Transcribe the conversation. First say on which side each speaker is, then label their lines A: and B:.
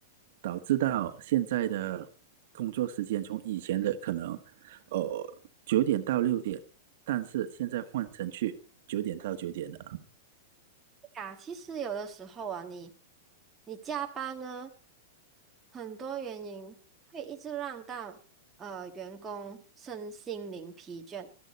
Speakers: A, on the right; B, on the right.
A: 导致到现在的工作时间从以前的可能呃九点到六点，但是现在换成去九点到九点了。
B: 啊，其实有的时候啊，你你加班呢，很多原因会一直让到呃员工身心灵疲倦，